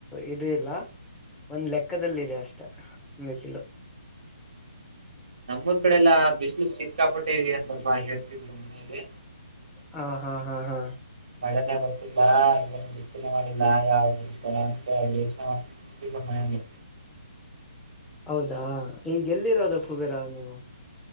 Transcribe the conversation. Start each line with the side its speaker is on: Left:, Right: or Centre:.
Centre: ಇ ಇಲ್ಲ ಒಂದ್ ಲೆಕ್ಕಲ್ಲ ಇಿದೆ ಅಷ್ಟ ಬಿಸಿಲು
Right: ನಮ್ಮ ಕಡೆಲ್ಲ ಬಿಸಿ್ಲು ಸಿಕ್ಕಾಪಟ್ಟೆರಿ ಅಂತಲ್ಬಾ ಹೇಳ್ತಿದ್್ರರು ಮನೇಲಿ
Centre: ಹಾ ಹಾ ಹಾ ಹಾ
Right: ಮಳೆನೇ ಬರ್ತಿಲ್ಲ ಏನು ಬಿತ್ತನೆ ಮಾಡಿಲ್ಲ ಯಾವತ ಅಂತಂತಿ ಹಾ ಮಳೆಯಲ್ಲಿ
Centre: ಹೌದಾ ಈಗ್ ಎಲ್ ಇರೋದು ಕುಬೇರ ನೀವು